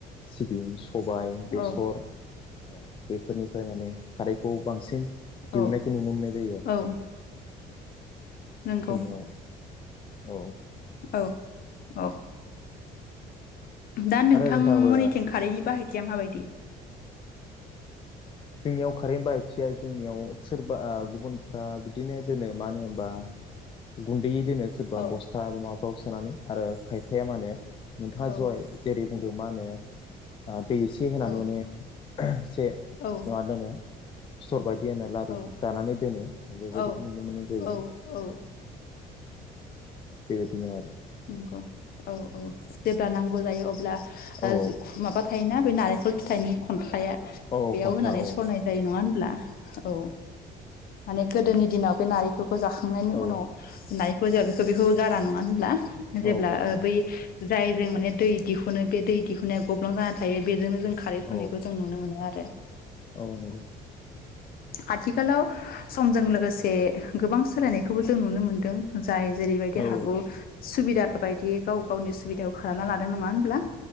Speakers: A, on the left; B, on the left.
A: सिबिं सबाय बेसर
B: औ
A: औ बेफोरनिफ्राय माने खारैखौ बांसिन दिहुननायखौ
B: औ
A: नुनो मोननाय जायो आरो।
B: औ नंगौ
A: जोंनियाव औ
B: औ औ दा नोंथांमोननिथिं
A: आरो नोंथांबो
B: खारैनि बाहाय थिया मा बायदि।
A: जोंनियाव खारैनि बाहायथिया जोंनियाव सोरबा गुबुनफ्रा बिदिनो दोनो मानो होनबा गुन्दैयै दोनो सोरबा
B: औ
A: बस्था माबाफ्राव सोनानै आरो खायफाया मा होनो नोंथाङा
B: औ
A: जय जेरै बुंदों मा होनो दै एसे होनानै
B: औ
A: माने से
B: औ
A: मा दोनो फिथर बायदि <unintelligible> लारु
B: औ
A: दानानै दोनो बेबायदिखौ
B: औ
A: नुनो मोननाय जायो।
B: औ औ
A: बेबायदिनो आरो।
B: नोंगौ औ औ जेब्ला नांगौ जायो अब्ला <unintelligible>
A: औ
B: माबा थायो थायोना बे नारेंखल फिथाइनि खन्थ्राया
A: औ
B: बेयाव
A: कन्ट्रा
B: होनानै
A: औ
B: सरनाय जायो नङा होनब्ला औ। माने गोदोनि दिनाव बे नारेंखलखौ जाखांनायनि
A: औ
B: उनाव न जाया बेखौ बेखौ गारा नङा होनब्ला जेब्ला
A: औ गाहाम
B: बै जाय जों माने दै दिहुनो बे दै दिहुनाया गब्लां जान थायो बेजोंनो जों खारै सनायखौ
A: औ
B: जों नुनो मोनो आरो।
A: औ नंगौ।
B: आथिखालाव समजों लोगोसे गोबां सोलायनायखौबो जों नुनो मोनदों। जाय जेरैबायदि
A: औ
B: हागौ सुबिदा बायदि गाव गावनि सुबिदाखौ खालामना लादों नङा होमब्ला।